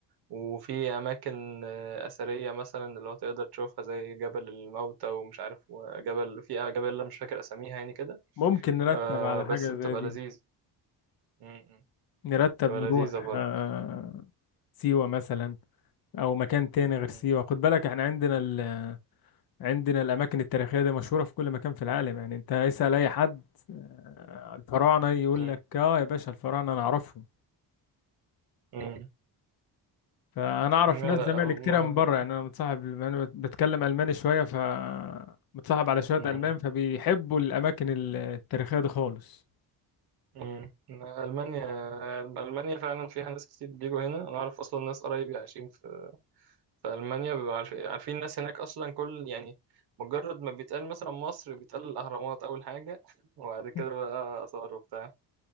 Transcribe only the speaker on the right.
وفي أماكن آه، أثرية مثلا اللي هو تقدر تشوفها زي جبل الموتى ومش عارف وجبل في جبل أنا مش فاكر أساميها يعني كده
آه
بس
بتبقى
لذيذة م- م.
بتبقى
لذيذة برضه
م-
م-
م.
لا
لا
ألم-
ال-
م-
م. ألمانيا ألمانيا فعلا فيها ناس كتير بيجوا هنا أنا أعرف أصلا ناس قرايبي عايشين في في ألمانيا بيبقى عارف- عارفين الناس هناك أصلا كل يعني مجرد ما بيتقال مثلا مصر بيتقال الأهرامات أول حاجة <laughs> وبعد كده
بقى آثار وبتاع